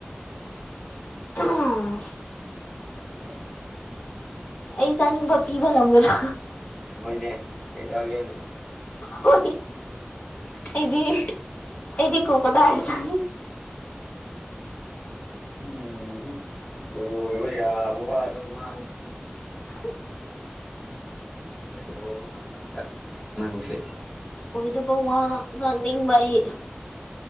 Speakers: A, on the left; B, on the left.
A: ꯀꯩꯅ
B: ꯎꯝ
A: ꯑꯩ ꯆꯥꯅꯤꯡꯕ ꯄꯤꯕ ꯉꯝꯒꯅꯤ꯭ꯔ
B: ꯅꯣꯏꯅꯦ ꯀꯩ ꯆꯥꯒꯦ ꯅꯅꯨꯡ
A: ꯍ ꯑꯩꯗꯤ ꯑꯩꯗꯤ ꯀꯣ ꯀꯗ ꯍꯥꯏꯁꯥ
B: ꯎꯝ ꯑꯣ ꯏꯕ ꯌꯥ ꯑꯕꯕꯥ ꯑꯗꯨ ꯉ
A: <unintelligible>
B: ꯑꯣꯗ ꯅꯪꯁꯦ
A: ꯑꯣꯏꯗꯕ ꯋꯥ ꯉꯥꯡꯅꯤꯡꯕ ꯑꯩ